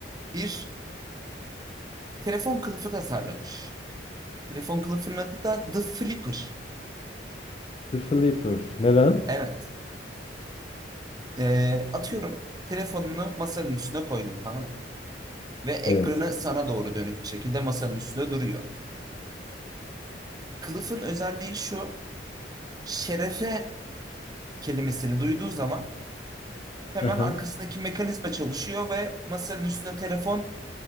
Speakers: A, on the right (about 20°); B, on the left (about 30°).
A: bir telefon kılıfı tasarlamış. Telefon kılıfının adı da The Flipper.
B: The Flipper. Neden?
A: Evet. E, atıyorum telefonunu masanın üstüne koydum tamam mı? ve ekranı
B: Evet.
A: sana doğru dönük bir şekilde masanın üstünde duruyor. Kılıfın özelliği şu, şerefe kelimesini duyduğu zaman hemen
B: Aha.
A: arkasındaki mekanizma çalışıyor ve masanın üstüne telefon